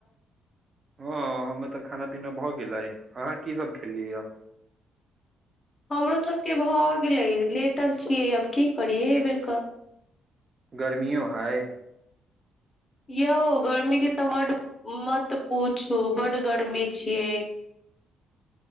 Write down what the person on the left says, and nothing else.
हमरो सभके भऽ गेलै लेटल छियै आब की करियै एहि बेर क
यौ गर्मीके तऽ मड मत पूछू बड गर्मी छियै